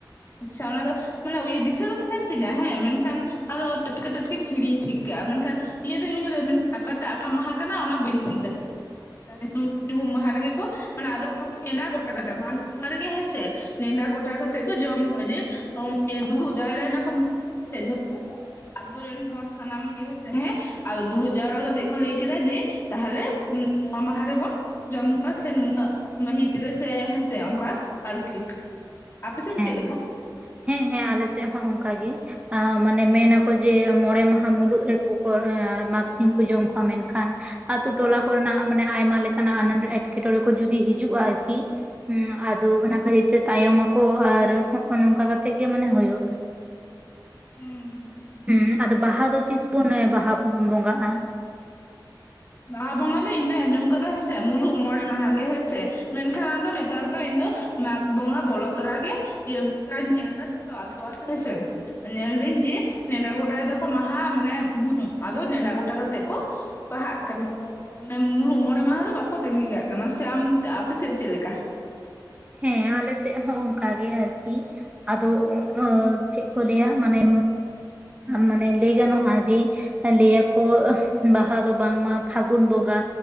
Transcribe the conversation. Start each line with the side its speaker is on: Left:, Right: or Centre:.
Left: ᱟᱪᱪᱷᱟ ᱚᱱᱟ ᱫᱚ ᱢᱟᱱᱮ ᱫᱤᱥᱟᱹ ᱫᱚ ᱛᱟᱦᱮᱱ ᱛᱤᱧᱟᱹ ᱦᱮᱸ ᱢᱮᱱᱠᱷᱟᱱ ᱟᱫᱚ ᱴᱟᱴᱠᱟ ᱴᱟᱴᱠᱟᱧ ᱦᱤᱲᱤᱧ ᱴᱷᱤᱠ ᱠᱟᱜᱼᱟ ᱢᱮᱱᱠᱷᱟᱱ ᱤᱭᱟᱹ ᱫᱚᱧ ᱩᱭᱦᱟᱹᱨ ᱞᱮᱫᱟᱫᱟ ᱢᱮᱱᱠᱷᱟᱱ ᱚᱠᱟᱴᱟᱜᱠᱟ ᱢᱟᱦᱟ ᱠᱟᱱᱟ ᱚᱱᱟ ᱵᱟᱹᱧ ᱴᱷᱤᱠ ᱫᱟᱲᱮᱭᱟᱜ <unintelligible> ᱧᱩᱦᱩᱢ ᱢᱟᱦᱟ ᱨᱮᱜᱮ ᱠᱚ ᱢᱟᱱᱮ ᱟᱫᱚ ᱚᱱᱟ ᱫᱚ ᱱᱮᱰᱟ ᱜᱚᱴᱟ ᱠᱟᱛᱮ ᱢᱟᱜᱽ ᱨᱮᱜᱮ ᱦᱮᱸᱥᱮ ᱱᱮᱰᱟ ᱜᱚᱴᱟ ᱠᱟᱛᱮᱜ ᱠᱚ ᱡᱚᱢ ᱠᱚᱣᱟ ᱡᱮ ᱫᱩᱲᱩᱵ ᱡᱟᱭᱨᱟᱭᱮᱱᱟ ᱠᱚ ᱢᱤᱫ ᱴᱮᱱ ᱡᱷᱚᱛᱚ ᱠᱚ ᱟᱛᱩ ᱨᱮᱱ ᱦᱚᱲ ᱥᱟᱱᱟᱢ ᱜᱮ ᱦᱸᱥᱮ ᱦᱮᱸ ᱟᱫᱚ ᱫᱩᱲᱩᱵ ᱡᱟᱣᱨᱟ ᱠᱟᱛᱮᱜ ᱠᱚ ᱞᱟᱹᱭ ᱠᱮᱫᱟ ᱡᱮ ᱛᱟᱦᱚᱞᱮ ᱱᱚᱶᱟ ᱢᱟᱦᱟ ᱨᱮᱵᱚᱱ ᱡᱚᱢ ᱠᱚᱣᱟ ᱥᱮ ᱱᱩᱱᱟᱹᱜ ᱢᱟᱹᱦᱤᱛ ᱨᱮᱥᱮ ᱦᱮᱸᱥᱮ ᱚᱱᱠᱟ ᱟᱨᱠᱤ ᱟᱯᱮ ᱥᱮᱫ ᱫᱚ
Right: ᱦᱮᱸ
Left: ᱪᱮᱫ ᱞᱮᱠᱟ?
Right: ᱦᱮᱸ ᱦᱮᱸ ᱟᱞᱮ ᱥᱮᱫ ᱦᱚᱸ ᱚᱱᱠᱟ ᱜᱮ᱾ ᱢᱟᱱᱮ ᱢᱮᱱᱟᱠᱚ ᱡᱮ ᱢᱚᱬᱮ ᱢᱟᱦᱟ ᱢᱩᱞᱩᱜ ᱨᱮᱠᱚ ᱢᱟᱜᱽᱥᱤᱢ ᱠᱚ ᱡᱚᱢ ᱠᱚᱣᱟ ᱢᱮᱱᱠᱷᱟᱱ ᱟᱹᱛᱩ ᱴᱚᱞᱟ ᱠᱚᱨᱮᱱᱟᱜ ᱢᱟᱱᱮ ᱟᱭᱢᱟ ᱞᱮᱠᱟᱱᱟᱜ ᱟᱱᱟ ᱮᱸᱴᱠᱮᱴᱚᱬᱮ ᱠᱚ ᱡᱚᱫᱤ ᱦᱤᱡᱩᱜᱼᱟ ᱟᱨᱠᱤ ᱦ ᱟᱫᱚ ᱚᱱᱟ ᱠᱷᱟᱹᱛᱤᱨ ᱛᱮ ᱛᱟᱭᱚᱢ ᱟᱠᱚ ᱟᱨ ᱦᱚᱜ ᱚ ᱱᱚᱝᱠᱟ ᱠᱟᱛᱮᱜ ᱜᱮ ᱢᱟᱱᱮ ᱦᱩᱭᱩᱜᱼᱟ
Left: ᱦᱩᱸ
Right: ᱦᱮᱸ ᱟᱫᱚ ᱵᱟᱦᱟ ᱫᱚ ᱛᱤᱥ ᱵᱩᱱ ᱵᱟᱦᱟ ᱵᱚᱸᱜᱟᱜᱼᱟ?
Left: ᱵᱟᱦᱟ ᱵᱚᱸᱜᱟ ᱫᱚ ᱤᱧ ᱫᱚᱩᱧ ᱟᱸᱡᱚᱢ ᱠᱟᱫᱟ ᱦᱮᱸᱥᱮ ᱢᱩᱞᱩᱜ ᱢᱚᱬᱮ ᱢᱟᱦᱟ ᱜᱮ ᱦᱮᱸᱥᱮ ᱢᱮᱱᱠᱷᱟᱱ ᱟᱫᱚ ᱱᱮᱛᱟᱨ ᱫᱚ ᱤᱧ ᱫᱚ ᱢᱟᱜᱽ ᱵᱚᱸᱜᱟ ᱵᱚᱞᱚ ᱛᱚᱨᱟ ᱜᱮ ᱤᱭᱟᱹ ᱢᱚᱴᱟᱧ ᱧᱮᱞ ᱫᱟ ᱡᱷᱚᱛᱚ ᱟᱛᱳ ᱟᱛᱳ ᱦᱤᱥᱟ. ᱧᱮᱞᱫᱟᱹᱧ ᱡᱮ ᱱᱮᱰᱟ ᱜᱚᱴᱟᱭ ᱫᱟᱠᱚ ᱢᱟᱦᱟᱼᱟ ᱢᱟᱱᱮ ᱟᱫᱚ ᱱᱮᱰᱟ ᱜᱚᱴᱟ ᱠᱟᱛᱮᱜ ᱠᱚ ᱵᱟᱦᱟᱜ ᱟᱫᱚ ᱚᱱᱮ ᱢᱩᱞᱩᱜ ᱢᱚᱬᱮ ᱢᱟᱦᱟ ᱫᱚ ᱵᱟᱠᱚ ᱛᱟᱸᱜᱤ ᱠᱟᱜ ᱠᱟᱱᱟ ᱥᱮ ᱟᱢ ᱟᱯᱮᱥᱮᱫ ᱪᱮᱫ ᱞᱮᱠᱟ?
Right: ᱦᱮᱸ ᱟᱞᱮ ᱥᱮᱫ ᱦᱚᱸ ᱚᱱᱠᱟ ᱜᱮ ᱟᱨᱠᱤ ᱟᱫᱚ ᱪᱮᱫ ᱠᱚ ᱞᱟᱹᱭᱟ ᱢᱟᱱᱮ ᱢᱟᱱᱮ ᱞᱟᱹᱭ ᱜᱟᱱᱚᱜᱼᱟ ᱡᱮ ᱞᱟᱹᱭᱟᱠᱚ ᱵᱟᱦᱟ ᱫᱚ ᱵᱟᱝᱢᱟ ᱯᱷᱟᱹᱜᱩᱱ ᱵᱚᱸᱜᱟ